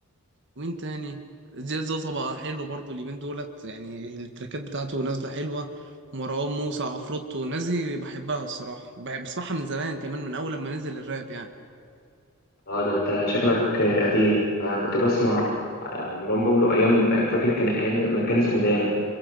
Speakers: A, on the right; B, on the left.
A: ومين تاني زياد زوزة بقى حلو برضو اليومين دولت يعني التراكات بتاعته نازلة حلوة مروان موسى عفروتو الناس دي بحبها الصراحة بحب بسمعها من زمان كمان من اول لما نزل الراب يعني
B: اه ده انت شكلك اه، قديم انا كنت بسمع اه، مروان بابلو ايام اه، فاكر كان ايام ما كان اسمه داما